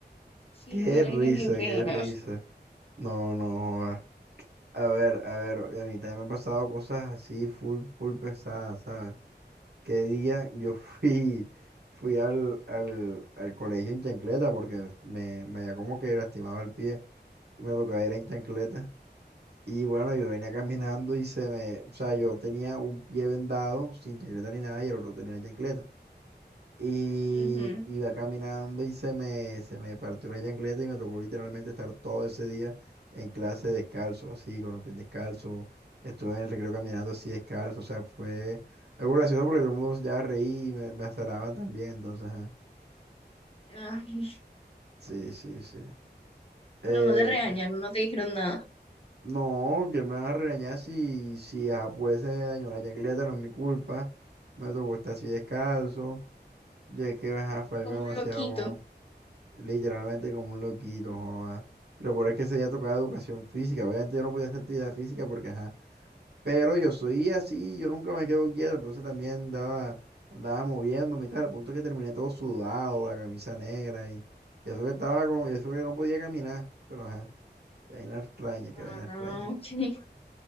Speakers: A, on the left; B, on the right.
A: Sí,
B: Qué
A: marica,
B: risa,
A: qué pena.
B: qué risa. No, no, joder. A ver, a ver, a mí también me han pasado cosas así, full, full pesadas, ¿sabes? Qué día yo <laughs> fui, fui al, al, al colegio en chancleta porque me, me había como que lastimado el pie y me tocaba ir en chancleta. Y bueno, yo venía caminando y se me, o sea, yo tenía un pie vendado, sin chancleta ni nada, y el otro tenía chancleta. Y
A: Ujú.
B: iba caminando y se me, se me partió la chancleta y me tocó literalmente estar todo ese día en clase descalzo, así, con los pies descalzos. Estuve en el recreo caminando así descalzo, o sea, fue algo gracioso porque todo el mundo ya reí y me, me azaraban también, entonces, ajá.
A: Ay,
B: Sí, sí, sí. Eh,
A: pero no te regañaron, no te dijeron nada.
B: No, que me vas a regañar si, si ah, pues se me dañó la chancleta, no es mi culpa. Me tocó estar así descalzo. Y es que ajá, fue algo
A: Como
B: demasiado,
A: un loquito.
B: literalmente como un loquito, joda. Y Lo peor es que ese día tocaba educación física. Obviamente yo no podía hacer actividad física porque, ajá. Pero yo soy así, yo nunca me quedo quieto. Entonces también andaba, andaba moviéndome y tal. Al punto que terminé todo sudado, la camisa negra y, y eso que estaba con, y eso que no podía caminar. Pero ajá, qué vaina extraña, qué
A: Ah,
B: vaina extraña.
A: ok.